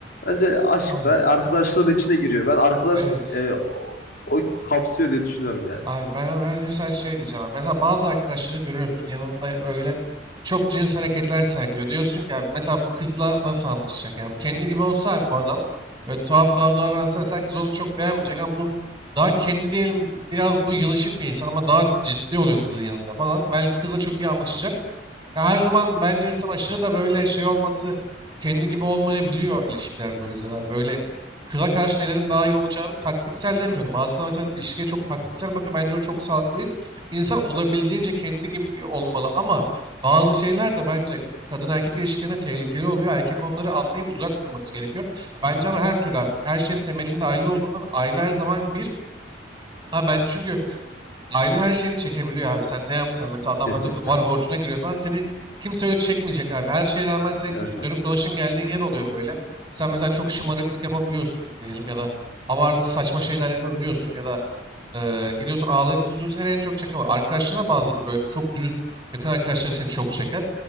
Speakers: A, on the left; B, on the right.
A: bence aşk
B: Ama
A: da arkadaşlığın içine giriyor. Ben arkadaşlık
B: evet.
A: e, o, o kapsıyor diye düşünüyorum yani.
B: Abi ben, ben mesela şey diyeceğim. abi. Mesela bazı arkadaşlarını görüyorsun yanında böyle çok cins hareketler sergiliyor. Diyorsun ki abi mesela bu kızla nasıl anlaşacak? Yani bu kendi gibi olsa abi bu adam böyle tuhaf tuhaf davransa mesela kız onu çok beğenmeyecek ama bu daha kendi diyelim biraz bu yılışık bir insan ama daha ciddi oluyor kızın yanında falan. Belki kızla çok iyi anlaşacak. Ya her zaman bence insan aşırı da böyle şey olması kendi gibi olmayabiliyor ilişkilerde o yüzden abi. Böyle kıza karşı nelerin daha iyi olacağını taktiksel demiyorum. Bazı insan mesela ilişkiye çok
A: Hı
B: taktiksel
A: hı,
B: bakıyor. Bence o çok sağlıklı değil. İnsan olabildiğince kendi gibi olmalı ama bazı şeyler de bence kadın erkek ilişkilerine tehlikeli oluyor. Erkek onları anlayıp uzak durması gerekiyor. Bence
A: hı hı.
B: ama her türlü abi her şeyin temelinde aile olduğundan aile her zaman bir. Ha ben çünkü Aile her şeyini çekebiliyor abi. Sen ne yapsan mesela adam
A: Kesinlikle.
B: mesela kumar borcuna giriyor falan seni kimse öyle çekmeyecek abi. Her şeye rağmen senin
A: Evet
B: gö-
A: evet.
B: dönüp dolaşın geldiğin yer oluyor böyle. Sen mesela çok şımarıklık yapabiliyorsun diyelim ya da abartı saçma şeyler yapabiliyorsun ya da e, gidiyorsun ağlayıp sızıyorsun seni en çok çeken o. Arkadaşlarına bazıları böyle çok dürüst yakın arkadaşların seni çok çeker.